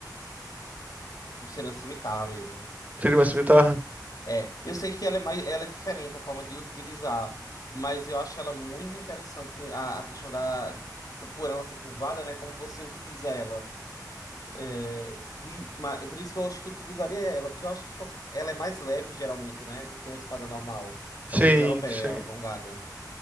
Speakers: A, on the left (about 55°); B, on the right (about 20°).
A: Tá Cheirando cimitarra mesmo.
B: Seria uma cimitarra?
A: É, eu sei que ela é mais, ela é diferente a forma de utilizar, mas eu acho ela muito interessante a, a questão da, por ela ser curvada, né? Como você utiliza ela. É, de- ma- é por isso que eu acho que eu utilizaria ela, porque eu acho que co- ela é mais leve, geralmente, né, do que uma espada normal.
B: Sim,
A: Pelo menos europeia,
B: sim.
A: alongada.